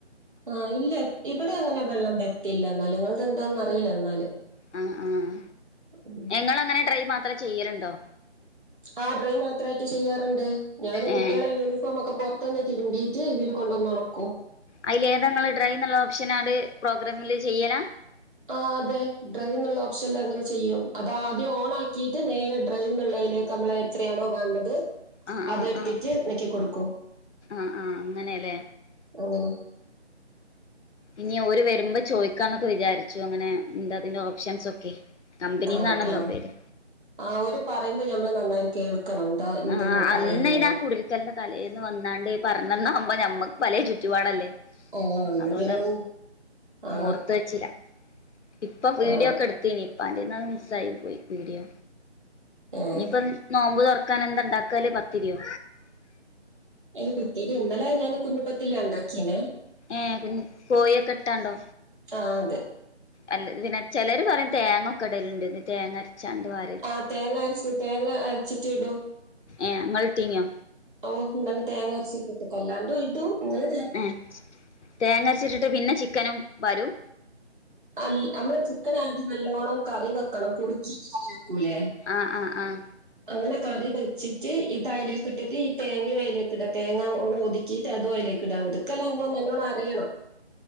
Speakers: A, on the right; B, on the left.
A: ആഹ് ഇല്ല ഇവിടെ അങ്ങനെ വെള്ളം വരുത്തിയില്ല എന്നാല് നിങ്ങടെ എന്താന്ന് അറിയില്ല എന്നാല്
B: ആഹ് ആഹ്
A: <inaudible>
B: നിങ്ങൾ അങ്ങനെ ട്രൈ മാത്രം ചെയ്യലുണ്ടോ
A: ആഹ് ഡ്രൈ മാത്രയിട്ട് ചെയ്യാറുണ്ട് ഞാന് കുട്ടികളടെ
B: ഏഹ്
A: യൂണിഫോം ഒക്കെ പുറത്തുന്ന് തിരുമ്പിട്ട് ഇതില് കൊണ്ടുന്നു ഉണക്കും
B: അതില് ഏതാ നിങ്ങള് ഡ്രൈ എന്നുള്ള ഓപ്ഷൻആണ്ട് പ്രോഗ്രമില് ചെയ്യലാ
A: ആഹ് അതെ ഡ്രൈന്നുള്ള ഓപ്ഷനില് അങ്ങനെ ചെയ്യും അത് ആദ്യം ഓൺ ആ ക്കിട്ട് നേരെ ഡ്രൈ എന്നുള്ളതിലേക്ക് നമ്മള് എത്രയാണോ വേണ്ടത്
B: ആഹ്
A: അതെടുത്തിട്ട്
B: ആഹ് ആഹ്
A: നെക്കി കൊടുക്കും
B: ആഹ് ആഹ് അങ്ങനയല്ലേ
A: അങ്ങനെ
B: ഇനി ഓര് വരുമ്പോ ചോയി ക്കാന്നൊക്കെ വിചാരിച്ചു അങ്ങനെ എന്താ അതിന്റെ ഓപ്ഷൻസ് ഒക്കെ കമ്പനിന്നാണല്ലോ
A: ആഹ് ആഹ്
B: പേര്
A: ആ ഓര് പറയുമ്പോ ഞമ്മള് നന്നായി കേൾക്ക ണം എന്താ എന്തെന്നാ
B: ആ
A: പറയുന്നേ
B: അന്ന് <unintelligible> തലേന്ന് വന്നാണ്ട് ഈ പറഞ്ഞന്നാ അപ്പോ ഞമ്മുക്ക് പല ചുറ്റുപാടല്ലേ
A: ഓ എന്നാ
B: അതുകൊണ്ട്
A: പിന്നെ ഒന്ന് ആ
B: ഓർത്ത് വച്ചില്ല ഇപ്പ വീഡിയോ
A: ആ
B: ഒക്കെ എടുത്തനി ഇപ്പന്റന്ന് മിസ് ആയി പോയി വീഡിയോ
A: ഏ
B: ഇനിയിപ്പോ നോമ്പ് തുറക്കാൻ എന്താ ഉണ്ടാക്കല് പത്തരിയോ
A: ഈയ് പിത്തേരി ഇന്നലെ ഞാന് കുഞ്ഞിപ്പത്തില് ഉണ്ടാക്കീന്
B: ഏഹ് പി കോഴിയെക്കെ ഇട്ടാണ്ടോ
A: ആ അതെ
B: അല്ല പിന്നെ ചിലര് പറയും തേങ്ങക്കെ ഇടലുണ്ടന്ന് തേങ്ങ അരച്ചാണ്ട് വ
A: ആഹ് തേങ്ങ അരച്ച് തേങ്ങ അരച്ചിട്ട് ഇടും
B: ഏഹ് ഇങ്ങൾ ഇട്ടീനിയോ
A: ഓഹ് നിങ്ങളതിന് തേങ്ങ അരച്ചിട്ട് അല്ലാണ്ട് ഇടും നിങ്ങള്
B: ഉം തേങ്ങ അരച്ചിട്ടിട്ട് പിന്നെ ചിക്കനും വാരും
A: അല്ല് നമ്മള് ചിക്കൻ ആദ്യം നല്ലോണം കറി വെക്കണം കുറിക്കീട്ട് കറി വെക്കൂല്ലേ
B: ആഹ് ആഹ് ആഹ്
A: അങ്ങനെ കറി വെച്ചിട്ട് ഇത് അതിലേക്ക് ഇട്ടിട്ട് ഈ തേങ്ങയും അതിലേക്ക് ഇടാ തേങ്ങാ ഒതുക്കീട്ട് അതും അതിലേക്ക് ഇടാം ഒതുക്കല്ലാംന്ന് നല്ലോണം അരയണം